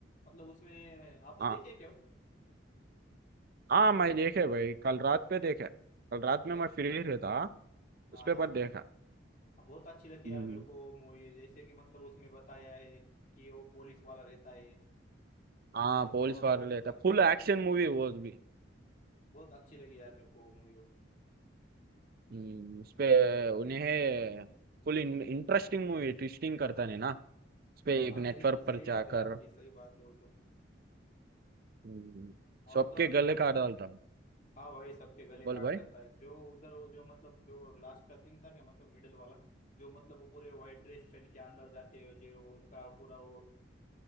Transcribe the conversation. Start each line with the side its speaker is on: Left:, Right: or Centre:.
Left: मतलब उसमें आपने
Right: हाँ
Left: देखी है क्या वो?
Right: हाँ मैं देखे भाई कल रात पे देखा कल रात
Left: बहुत
Right: में मैं फ्री रहता
Left: हाँ
Right: उस पे
Left: हाँ
Right: पर
Left: हाँ
Right: देखा
Left: हाँ, बहुत अच्छी लगी
Right: हम्म
Left: यार मेरे को मूवी जैसे कि मतलब उसमें बताया है कि वो पुलिस वाला रहता है
Right: हाँ
Left: और
Right: पुलिस
Left: तो और
Right: वाले
Left: उसका
Right: था फुल एक्शन मूवी वो भी
Left: बहुत अच्छी लगी यार मेरे को मूवी वो movie
Right: हम्म, उस पे उन्हें फुल इंटरेस्टिंग मूवी ट्विस्टिंग करता है ना उस पे एक
Left: वो। हाँ
Right: नेटवर्क
Left: सही
Right: पर
Left: सही बात
Right: जाकर
Left: है आपकी सही बात है वो तो
Right: हम्म,
Left: और
Right: सबके
Left: तो और देखा
Right: गले काट डालता
Left: हाँ भाई सबके गले
Right: बोल
Left: काट
Right: भाई
Left: जाता है जो उधर वो जो मतलब जो लास्ट का सीन था क्या मतलब मिडिल वाला जो मतलब वो पूरे व्हाइट ड्रेस पहन के अंदर जाते हैं जो उनका पूरा वो